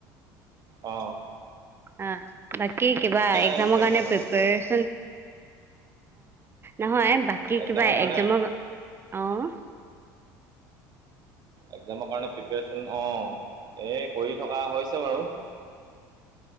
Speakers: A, on the right; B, on the right.
A: আহ
B: অ' বাকী কিবা একজামৰ
A: আহিছিলে
B: কাৰণে
A: মোৰ মানে
B: প্ৰিপেৰচন নহয় বাকী
A: এক্সামৰ
B: কিবা
A: কাৰণে
B: একজামৰ, অঁহ
A: একজামৰ কাৰণে প্ৰিপৰেচন, অঁ এ কৰি থকা হৈছে বাৰু। <inaudible>